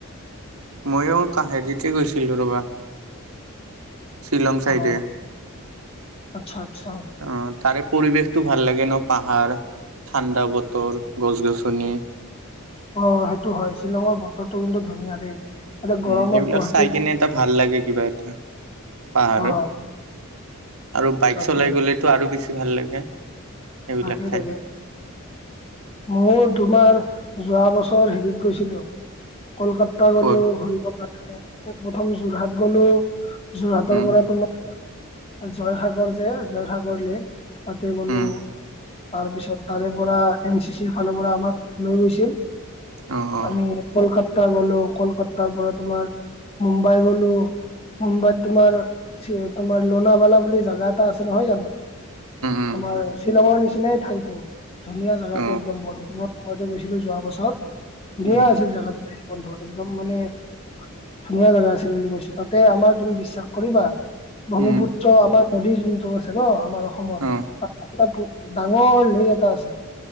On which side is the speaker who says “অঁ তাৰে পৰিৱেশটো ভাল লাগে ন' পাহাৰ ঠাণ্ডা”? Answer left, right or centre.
Right